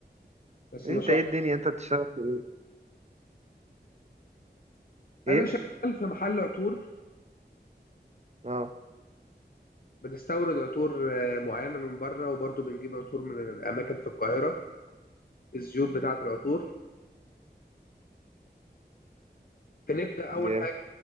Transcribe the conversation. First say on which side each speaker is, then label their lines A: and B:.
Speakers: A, on the left; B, on the right.
A: بس
B: انت
A: ما شاء
B: ايه
A: الله
B: الدنيا انت بتشتغل في ايه
A: انا
B: ايه
A: شغال في محل عطور
B: اه
A: بنستورد عطور آه، معينه من بره وبرضه بنجيب عطور من اماكن في القاهره الزيوت بتاعة العطور فنبدأ أول
B: جامد
A: حاجة